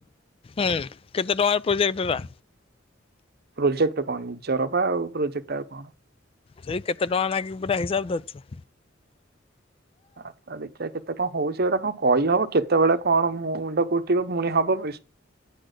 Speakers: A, on the left (about 30°); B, on the right (about 55°).
A: ଏ କେତେ ଟଙ୍କାର ପ୍ରୋଜେକ୍ଟ ହେଲା।
B: ପ୍ରୋଜେକ୍ଟ କଣ ନିଜର ବା ଆଉ ପ୍ରୋଜେକ୍ଟ ଆଉ କଣ।
A: ସେଇ କେତେ ଟଙ୍କା ନାଗି ପୁରା ହିସାବ ଧରିଚୁ।
B: ଆ ତ ଦେଖା କେତେ କଅଁ ହଉଚି ଏଭଡ଼ା କଣ କହିହବ କେତେବେଳେ କଣ ମୁଣ୍ଡକୁ ଉଠିବ ପୁଣି ହବ